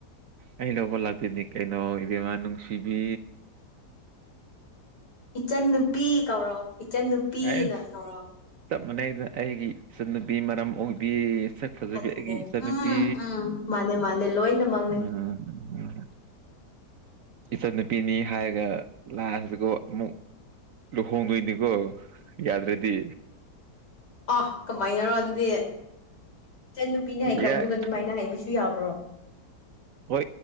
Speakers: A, on the right; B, on the left.
A: ꯑꯩ ꯂꯧꯕ ꯂꯥꯛꯄꯤꯅꯤ ꯀꯩꯅꯣ ꯏꯕꯦꯝꯃꯥ ꯅꯨꯡꯁꯤꯕꯤ
B: ꯏꯆꯟ ꯅꯨꯄꯤ ꯀꯧꯔꯣ ꯏꯆꯟ ꯅꯨꯄꯤꯅ
A: ꯑꯁ
B: ꯀꯧꯔꯣ
A: ꯆꯞ ꯃꯥꯟꯅꯩꯗ ꯑꯩꯒꯤ ꯏꯆꯠ ꯅꯨꯄꯔ ꯃꯔꯝ ꯑꯣꯡꯕꯤ ꯁꯛ ꯐꯖꯕꯤ
B: ꯑꯗꯨꯅꯦ
A: ꯑꯩꯒꯤ ꯏꯆꯟꯅꯨꯄꯤ
B: ꯎꯝ ꯎꯝ ꯃꯥꯅꯦ ꯃꯥꯅꯦ ꯂꯣꯏꯅꯃꯛꯅꯦ
A: ꯎꯝ ꯏꯆꯟꯅꯨꯄꯤꯅꯤ ꯍꯥꯏꯔꯒ ꯂꯥꯁꯗꯀꯣ ꯑꯃꯨꯛ ꯂꯨꯍꯣꯡꯗꯣꯏꯅꯤꯀꯣ ꯌꯥꯗ꯭ꯔꯗꯤ
B: ꯑꯥ ꯀꯃꯥꯏꯅꯔꯣ ꯑꯗꯨꯗꯤ ꯏꯆꯟ ꯅꯨꯄꯤꯅꯤ ꯍꯩꯈ꯭ꯔꯕ
A: ꯌꯥꯏ
B: ꯃꯇꯨꯡꯗ ꯑꯗꯨꯃꯥꯏꯅ ꯍꯩꯕꯁꯨ ꯌꯥꯕ꯭ꯔꯣ
A: ꯍꯣꯏ